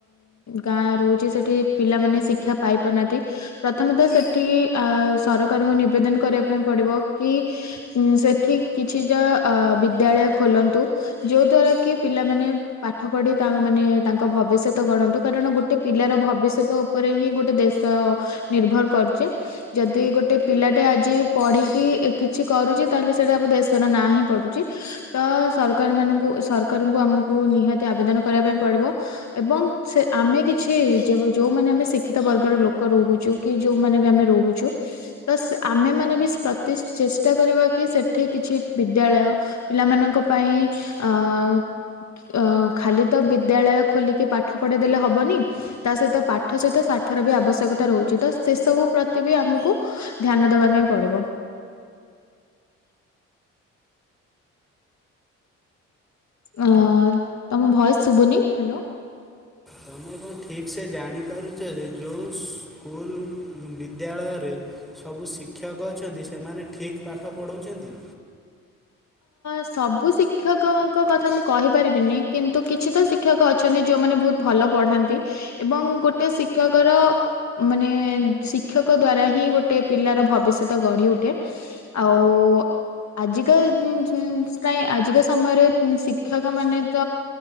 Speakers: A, on the left; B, in the centre.
A: ଗାଁ ରହୁଛି ସେଠି ପିଲାମାନେ ଶିକ୍ଷା ପାଇ ପାରୁନାହାନ୍ତି। ପ୍ରଥମେତ ସେଠି ସରକାରଙ୍କୁ ନିବେଦନ କରିବା ପାଇଁ ପଡିବ କି ସେଠି କିଛିଟା ବିଦ୍ୟାଳୟ ଖୋଲନ୍ତୁ। ଯୋଉ ଦ୍ଵାରା କି ପିଲାମାନୋନ ପାଠ ପଢି ମାନେ ତାଙ୍କ ଭବିଷ୍ୟତ ଗଣନ୍ତୁ। କାରଣ ଗୋଟେ ପିଲାର ଭବିଷ୍ୟତ ଉପରେ ହିଁ ଗୋଟେ ଦେଶ ନିର୍ଭର କରୁଛେ। ଯଦି ଗୋଟେ ପିଲାଟେ ଆଜି ପଢିକି କିଛି କରୁଛି। ତାହେଲେ ସେଇଟା ଆମ ଦେଶର ନାଁ ହିଁ ପଡୁଛି। ତ ସର କାରମାନଙ୍କୁ ସରକାରଙ୍କୁ ଆମକୁ ନିହାତି ଆବେଦନ କରିବା ପାଇଁ ପଡ଼ିବ ଏବଂ ସେ ଆମେ କିଛି ଯେଉଁମାନେ ଆମେ ଶିକ୍ଷିତ ବର୍ଗର ଲୋକ ରହୁଛୁ କି ଯେଉଁମାନେ ବି ଆମେ ରହୁଛୁ ତ ଆମେମାନେ ବି ପ୍ରତି ଚେଷ୍ଟା କରିବା କି ସେଠି କିଛି ବିଦ୍ୟାଳୟ ପିଲାମାନଙ୍କ ପାଇଁ ଆଁ ଆ ଖାଲି ତ ବିଦ୍ୟାଳୟ ଖୋଲିକି ପାଠ ପଢେଇ ଦେ। ଲେ ହବନି ତା ସହିତ ପାଠ ସହିତ ପାଠର ବି ଆବଶ୍ୟକତା ରହୁଛି ତ ସେସବୁ ପ୍ରତି ବି ଆମକୁ ଧ୍ୟାନ ଦବା ପାଇଁ ପଡିବ। ଅ ତମ ଭଏସ ଶୁଭୁନି ହ୍ୟାଲୋ।
B: ତମେ କଣ ଠିକ୍ ସେ ଜାଣିପାରୁଛ ଯେ ଯେଉଁ ସ୍କୁଲ ବିଦ୍ୟାଳୟରେ ସବୁ ଶିକ୍ଷକ ଅଛନ୍ତି ସେମାନେ ଠିକ ପାଠ ପଢ଼ାଉଛନ୍ତି?
A: ସବୁ ଶିକ୍ଷକଙ୍କ କଥା ମୁଁ କହିପାରିବିନି କିନ୍ତୁ କିଛି ତ ଶିକ୍ଷକ ଅଛନ୍ତି ଯେଉଁମାନେ ବହୁତ ଭଲ ପଢ଼ାନ୍ତି ଏବଂ ଗୋଟେ ଶିକ୍ଷକର ମାନେ ଶିକ୍ଷକ ଦ୍ୱାରା ହିଁ ଗୋଟେ ପିଲାର ଭବିଷ୍ୟତ ଗଢ଼ି ଉଠେ ଆଉ ଆଜିକା <unintelligible> ପାଇଁ ଆଜିକା ସମୟରେ ଶିକ୍ଷକ ମାନେ ତ